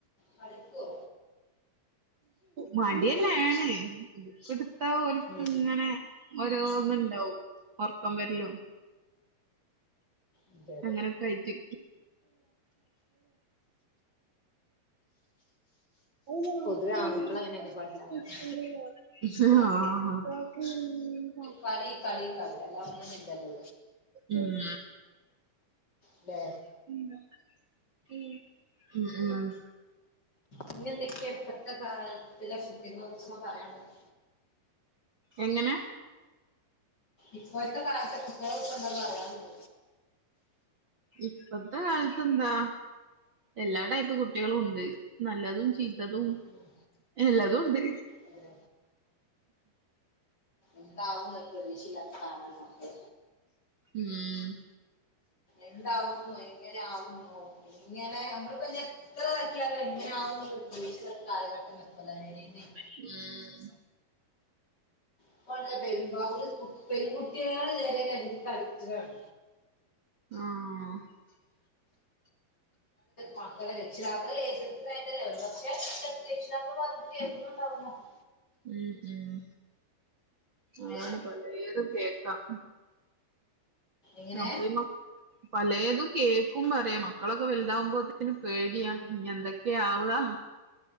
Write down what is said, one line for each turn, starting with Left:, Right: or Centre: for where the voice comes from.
Left: പഠിക്കോ
Right: മടിയന്നെ ആണ് ബുക്ക്‌ എടുത്താ ഓൽക്ക്
Left: ഉം
Right: ഇങ്ങനെ ഓരോന്ന് ഇണ്ടാവും ഒറക്കം വരലും
Left: അതെ അതെ
Right: അങ്ങനൊക്കെ ആയിട്ട് <unintelligible>
Left: പൊതുവെ ആൺകുട്ടികൾ അങ്ങനെയല്ലേ പഠിച്ചാൽ മതി
Right: ആഹ്
Left: കളി കളി കളി അല്ലാതൊന്നും ഇല്ലല്ലോ
Right: ഉം
Left: ഇല്ലേ
Right: ഉം ഉം
Left: ഇന്ന് എന്തൊക്കെയാ ഇപ്പോഴത്തെ കാലത്തിലെ കുട്ടികളെ കുറിച്ചൊക്കെ പറയാൻ ഇള്ളത്
Right: എങ്ങനെ
Left: ഇപ്പോഴത്തെ കാലത്തെ കുട്ടികളെ കുറിച്ച് എന്താ പറയാനുള്ളത്
Right: ഇപ്പത്തെ കാലത്ത് എന്താ എല്ലാ ടൈപ്പ് കുട്ടികളും ഇണ്ട് നല്ലതും ചീത്തതും
Left: ഉം.
Right: എല്ലതും ഇണ്ട്
Left: അതെ എന്താവൂന്ന് ഒരു പ്രതീക്ഷയും ഇല്ലാത്ത സാധനങ്ങളൊക്കെ
Right: ഉം
Left: എന്താവുന്നോ എങ്ങനെ ആവൂന്നോ ഇങ്ങനെ ഞമ്മൾ <unintelligible> എത്ര ഇതാക്കിയാലും എങ്ങനെ ആവൂന്നുള്ള പ്രതീക്ഷയുടെ കാലഘട്ടം <unintelligible>
Right: ഉം
Left: ഇപ്പം കണ്ടോ പെരുമ്പാവൂര് കുട്ടികള് പെൺകുട്ടികള് വരെ ലഹരിക്ക് അഡിക്റ്റഡ് ആണ്
Right: ആഹ് <inaudible>
Left: മക്കളെ രക്ഷിതാക്കളെ ഏറ്റെടുത്തു കഴിഞ്ഞാൽ ഒരുപക്ഷേ <unintelligible>
Right: ഉം ഉം അതാണ്
Left: ഏഹ്
Right: പലേതും കേക്കാം
Left: എങ്ങനെ
Right: അപ്പൊ ഇ പലേതും കേക്കും പറയാ മക്കളൊക്കെ വലുതാവുമ്പോ എല്ലാത്തിനും പേടിയാ ഇനി എന്തൊക്കെ ആ വുക